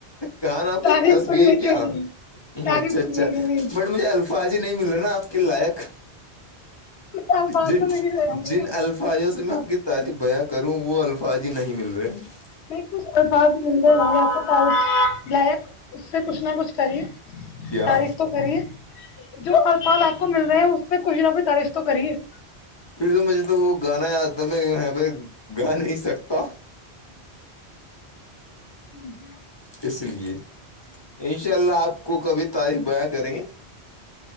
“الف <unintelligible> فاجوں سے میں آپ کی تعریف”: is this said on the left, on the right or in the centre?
Left